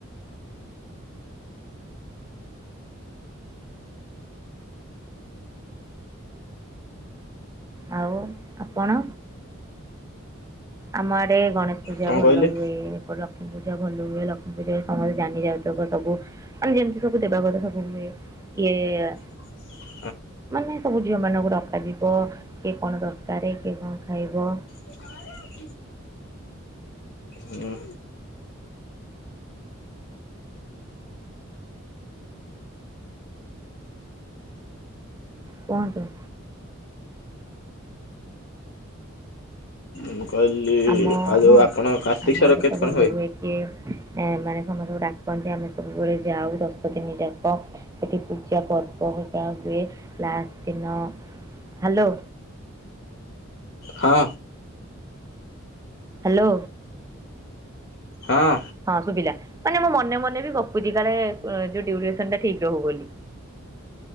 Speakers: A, on the right; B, on the left.
A: ଆଉ ଆପଣ? ଆମ ଆଡେ ଗଣେଶ ପୂଜା
B: କଣ
A: ଭଲ
B: କହିଲେ?
A: ହୁଏ ପୂଜା ଭଲ ହୁଏ, ଲକ୍ଷ୍ମୀ ପୂଜା ସମସ୍ତେ ଜାନି ଯାଉତୁକ ସବୁ ମାନେ ଯେମିତି ସବୁ ଦେବା କଥା ସବୁ ହୁଏ। ଏ ଆ
B: ହ <unintelligible>
A: ମାନେ ସବୁ ଝିଅ ମାନଙ୍କୁ ଡକାଯିବ, କିଏ କଣ ଦରକାର, କିଏ କଣ ଖାଇବ?
B: ହଁ <unintelligible> ହୁଁ
A: କୁହନ୍ତୁ?
B: ମୁଁ କହିଲି
A: ଆମ
B: ଆଉ ଯୋଉ
A: ହଁ
B: ଆପଣ କାର୍ତ୍ତିକ
A: ଆମ
B: ସ୍ୱର
A: ଆଡେ
B: କେମିତି
A: ତ
B: କଣ
A: ଭଲ ହୁଏ କିଏ? ମାନେ ସମସ୍ତଙ୍କୁ ଡାକନ୍ତି ଆମେ ସବୁବେଳେ ଯାଉ ଦଶ ଦିନ ଯାକ ସେଠି ପୂଜା ପର୍ବ ଟ <unintelligible> ହୁଏ ଲାଷ୍ଟ ଦିନ ହାଲୋ
B: ହଁ।
A: ହାଲୋ।
B: ହଁ
A: ହଁ ଶୁଭିଲା ମାନେ ମୋ ମନେ ମନେ ବି ଗପୁଛି କାଳେ ଅ ଯୋଉ ଡ୍ୟୁରେସନ ଟା ଠିକ ରହୁ ବୋଲି।